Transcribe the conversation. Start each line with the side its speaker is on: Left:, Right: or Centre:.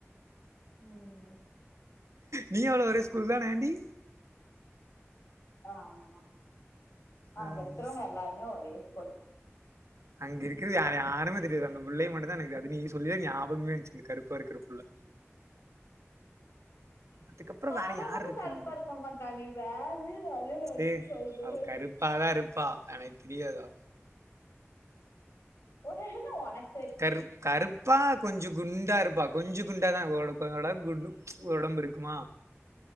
Left: ம்
Right: நீ அவ்வளவு ஒரே ஸ்கூல் தான ஏண்டி
Left: ஆ ஆமா அங்க
Right: அது
Left: இருக்கிறவுங்க
Right: ஸ்
Left: எல்லாருமே ஒரே சொல்லா
Right: அங்க இருக்கிறது யா யாருமே தெரியாது அந்த பிள்ளைய மட்டு தா எனக்கு அது நீ சொல்லித ஞாபகமே இருந்துச்சு கருப்பா இருக்கிற புள்ள அதுக்கப்புறோ
Left: தா
Right: வேற
Left: அவ
Right: யார்
Left: ஒன்னு
Right: இருக்கா
Left: கருப்பா இருக்க மாட்டா நீ வேற அதே நெனச்சு
Right: ஏ
Left: சொல்ற
Right: அவ கருப்பா தா இருப்பா எனக்கு தெரியாதோ
Left: <unintelligible> ஒனக்
Right: கரு கருப்பா கொஞ்சோ குண்டா இருப்பா கொஞ்சு குண்டா தா ஓரளவுக் பரவால குண்டு ஒடம்பு இருக்குமா